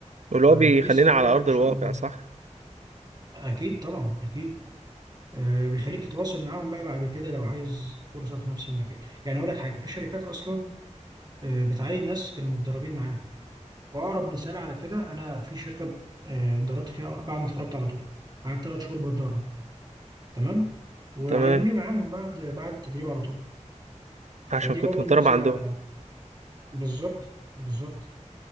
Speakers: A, on the right; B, on the right.
A: فده
B: واللي هو بيخليني
A: بيسهل
B: على
A: لك
B: أرض
A: ان شاء
B: الواقع
A: الله
B: صح؟
A: اكيد طبعا اكيد آه، بيخليك تتواصل معاهم بقى بعد كده لو عايز فرصه في نفس المكان يعني اقول لك حاجه في شركات اصلا آه، بتعين ناس كانوا متدربين معاها واقرب مثال على كده انا في شركه آه، اتدربت فيها بعد ما اتخرجت على طول قعدت ثلاث شهور بتدرب تمام وعينوني
B: تمام
A: معاهم بعد بعد التدريب على طول فدي
B: عشان كنت
A: برضو
B: متدرب
A: ميزه
B: عندهم
A: بالظبط بالظبط